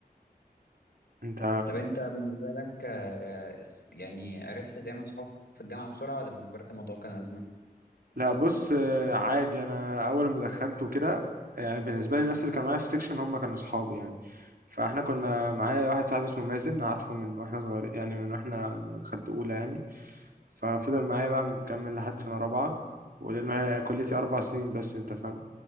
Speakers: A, on the right (about 65°); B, on the left (about 75°).
A: انت
B: طب انت بالنسبة لك آه، الس- يعني عرفت تعمل صحاب في الجامعة بسرعة ولا بالنسبة لك الموضوع كان أزمة؟
A: لا بص آه، عادي انا اول ما دخلت وكده يعني بالنسبه لي الناس اللي كانوا معايا في السكشن هم كانوا اصحابي يعني فاحنا كنا معايا واحد صاحبي اسمه مازن عارفه من واحنا صغير يعني من واحنا لما دخلت اولى يعني ففضل معايا بقى مكمل لحد سنه رابعه ولانه هي كليتي اربع سنين بس انت فاهم